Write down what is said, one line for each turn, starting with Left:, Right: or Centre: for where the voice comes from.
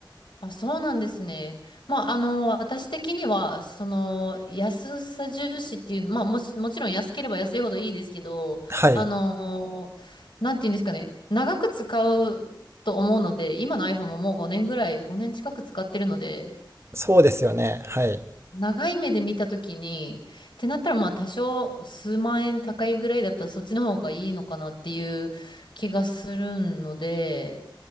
Left: あ、そうなんですね。まあ、あの、私的には、その、安さ重視っていう、まあ、もし、もちろん安ければ安いほどいいですけど、
Right: はい、
Left: あの、なんていうんですかね、長く使うと思うので、今の iPhone ももう5年ぐらい、5年近く使ってるので、
Right: そうですよね。はい、
Left: 長い目で見たときに、ってなったらまあ多少数万円高いぐらいだったらそっちの方がいいのかなっていう気がするので、